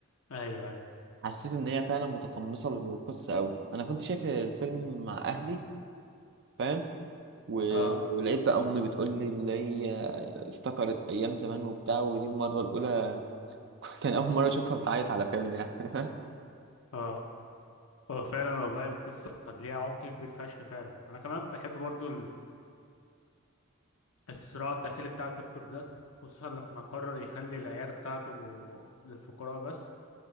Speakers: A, on the left; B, on the right.
A: ايوه ايوه
B: حسيت ان هي فعلا متقمصه القصه قوي انا كنت شايف الفيلم مع اهلي فاهم و-
A: اه
B: ولقيت بقى امي بتقول لي اللي هي افتكرت ايام زمان وبتاع ودي المره الاولى <laughs> كان اول مره اشوفها بتعيط على فيلم يعني <laughs>
A: اه هو فعلا والله القصه قد ليها عمق كبير فشخ فعلا انا كمان بحب برضو الصراع الداخلي بتاع الدكتور ده خصوصا لما قرر يخلي العيادة بتاعته للفقراء بس